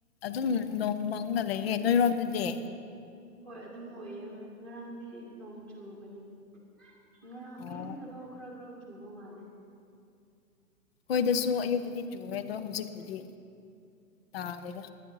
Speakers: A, on the left (about 40°); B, in the centre.
A: ꯑꯗꯨꯝ ꯅꯣꯡ ꯃꯪꯉ ꯂꯩꯌꯦ ꯅꯣꯏꯔꯣꯝꯗꯗꯤ
B: ꯍꯣꯏ ꯑꯗꯨꯝ ꯑꯣꯏꯌꯦ ꯍꯣꯏ ꯉꯔꯥꯡꯗꯤ ꯅꯣꯡ ꯆꯨꯕꯅꯦ꯫ ꯉꯔꯥꯡ
A: ꯑꯣ
B: ꯑꯌꯨꯛꯇꯐꯥꯎ ꯈꯔ ꯈꯔ ꯆꯨꯕ ꯃꯥꯜꯂꯦ
A: ꯍꯣꯏꯗꯁꯨ ꯑꯌꯨꯛꯇꯗꯤ ꯆꯨꯔꯦ ꯑꯗꯣ ꯍꯧꯖꯤꯛꯄꯨꯗꯤ ꯇꯥꯔꯦꯗ